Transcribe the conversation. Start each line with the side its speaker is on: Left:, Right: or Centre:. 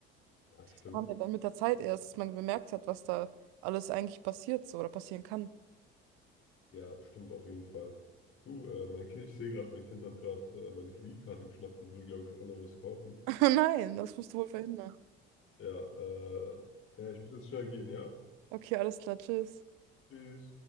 Left: Ja, stimmt.
Right: kam ja dann mit der Zeit erst, dass man bemerkt hat, was da alles eigentlich passiert so oder passieren kann.
Left: Ja, stimmt auf jeden Fall. Du, äh, mein Kind, ich sehe gerade, mein Kind hat gerade äh, meine Kreditkarte geschnappt und will, glaube ich, online was kaufen.
Right: <laughs> Nein, das musst du wohl verhindern.
Left: Ja, äh, ja, ich muss jetzt schnell gehen, ja?
Right: Okay, alles klar, tschüss.
Left: Tschüss.